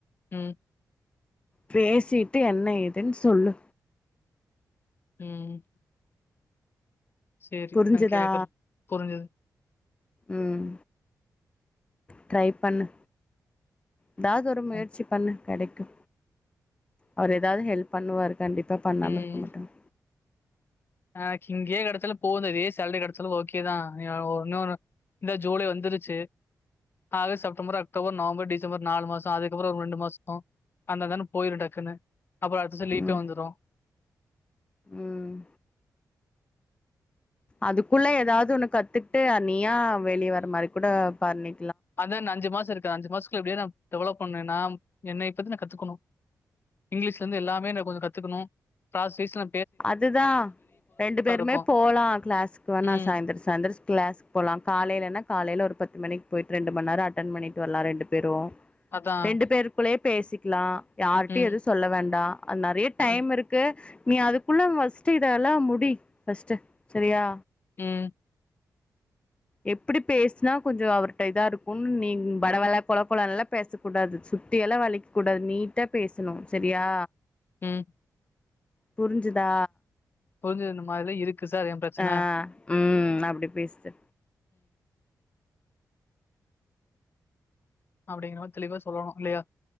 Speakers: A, on the left (about 35°); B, on the left (about 15°).
A: உம்
B: பேசிட்டு என்ன ஏதுன்னு சொல்லு
A: ம் ம் செரி
B: புரிஞ்சுதா
A: நா கேக்குறே புரிஞ்சிது
B: ம் ட்ரை பண்ணு எதாது ஒரு முயற்சி
A: ம்,
B: பண்ணு கெடைக் கு அவர் ஏதாவது ஹெல்ப் பண்ணுவாரு கண்டிப்பா பண்ணாம
A: ம்.
B: இருக்க மாட்டாங்
A: எனக்கு இங்கேயே கெடச்சாலு போது இதே சாலரி கெடச்சாலு ஓகேதா <unintelligible> இன்னொரு இந்த ஜூலை வந்துருச்சு August September October November December நாலு மாசோ அதுக்கப்புறோ ஒரு ரெண்டு மாசோ அந்தாஅந்தானே போயிரு டக்குனு அப்றோ அடுத்த வருசோ லீவுக்கே
B: ம்
A: வந்துறு
B: ம் அதுக்குள்ள எதாவது ஒன்னு கத்துக்ட்டு நீயா வெளிய வர்ர மாரி கூட பாரு நீ
A: அத இன்னு அஞ்சு மாசோ இருக்குற அஞ்சு மாசத்துக்குள்ள எப்டியா நா டெவலப் பண்னு நா என்னை பத்தி கத்துக்கணு இங்கிலீஷ்லந்து எல்லாமே கொஞ்சோ கத்துக்கணு கிளாஸ் வைஸ்ல
B: அதுதா ரெண்டு பேருமே
A: இருக்கும்.
B: போலா கிளாஸுக்கு வேணா
A: ம்.
B: சாயந்தரோ சாயந்திரோ கிளாஸ்கு போலா காலையிலனா காலையில ஒரு பத்து மணிக்கு போயிட்டு ரெண்டுமண் நேரோ அட்டன் பண்ணிட்டு வர்லா ரெண்டு பேரு
A: அதான்.
B: ரெண்டு பேருக்குள்ளயே பேசிக்கலா யாரிட்டையு
A: ம்,
B: எது சொல்ல வேண்டா அது நெறய
A: ம்,
B: டைம் இருக்கு நீ அது குள்ள ஃபஸ்ட் இதெல்லா முடி ஃபஸ்ட் செரியா
A: உம்
B: எப்டி பேசினா கொஞ்சோ அவர்ட்ட இதா இருக்குனு நீ வழவழ கொல கொல கொலன்னுல்லா பேச கூடாது சுத்தி எல்லா வளைக்க கூடாது நீட்டா பேசணு செரியா
A: உம்
B: புரிஞ்சுதா
A: புரிஞ்சுதுருந்த மாரி இருக்கு சார் எ பிரச்சன
B: ஆ ம் அப்டி பேசு
A: அப்படிங்கிற‌‌ மாரி தெளிவா சொல்லணு இல்லயா